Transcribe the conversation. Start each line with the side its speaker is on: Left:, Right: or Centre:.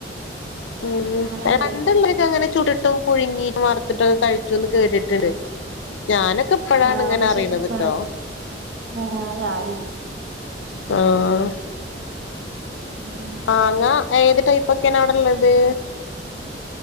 Left: ഉം
Right: അങ്ങനെയൊക്കെ
Left: പണ്ടുള്ള് അങ്ങനെ ചുടിട്ടും പുഴുങ്ങിയിട്ട് വറത്തിട്ടൊക്കെ കഴിച്ചുന്ന് കേട്ടിട്ടുണ്ട് ഞാനൊക്കെ ഇപ്പോഴാണ്
Right: ആ
Left: ഇങ്ങനെ
Right: പക്ഷെ
Left: അറിയിണത്
Right: ഇപ്പ
Left: ട്ടോ
Right: <unintelligible> ഞാനും
Left: ആ
Right: ഉം
Left: മാങ്ങ ഏത് ടൈപ്പ് ഒക്കെയാണ് അവിടെ ഉള്ളത്?